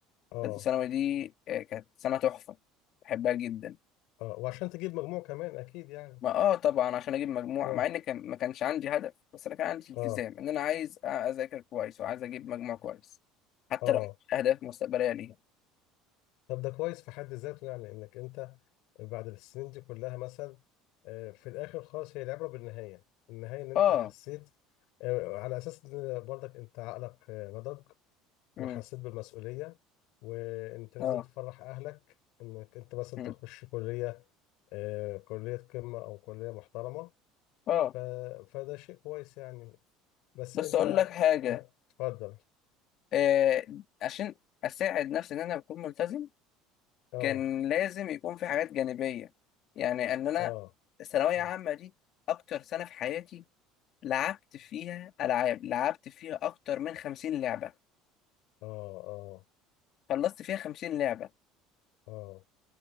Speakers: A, on the left (about 60°); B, on the left (about 40°).
A: اه
B: ثالثه ثانوي دي آه، كانت سنه تحفه بحبها جدا
A: اه وعشان تجيب مجموع كمان اكيد يعني
B: ما اه طبعا عشان اجيب مجموع
A: اه
B: مع ان كان ما كانش عندي هدف بس انا كان عندي التزام
A: اه
B: ان انا عايز أ- اذاكر كويس وعايز اجيب مجموع كويس حتى
A: اه
B: لو مش اهداف مستقبليه ليها
A: طب ده كويس في حد ذاته يعني انك انت بعد السنين دي كلها مثلا آه، في الاخر خالص هي العبره بالنهايه النهايه ان انت
B: اه
A: حسيت آه، على اساس ان برضك انت عقلك آه، نضج وحسيت
B: امم
A: بالمسؤوليه وانت لازم
B: اه
A: تفرح اهلك انك انت مثلا
B: امم
A: تخش كليه آه، كليه قمه او كليه محترمه
B: اه
A: ف... فده شيء كويس يعني بس
B: بس
A: انت
B: اقول لك حاجه
A: آه، اتفضل
B: آه عشان اساعد نفسي ان انا بكون ملتزم
A: اه
B: كان لازم يكون في حاجات جانبية يعني ان انا
A: اه
B: الثانوية
A: اه
B: عامة دي اكتر سنة في حياتي لعبت فيها العاب لعبت فيها اكتر من خمسين لعبة
A: اه
B: خلصت فيها خمسين لعبة
A: اه